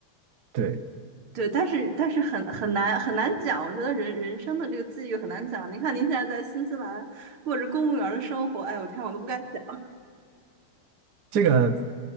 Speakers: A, on the right (about 55°); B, on the right (about 75°).
A: 对。
B: 对，但是但是很很难很难讲，我觉得人人生的这个际遇很难讲。您看您现在在新西兰过着公务员的生活，哎我天，我都不敢想。
A: 这个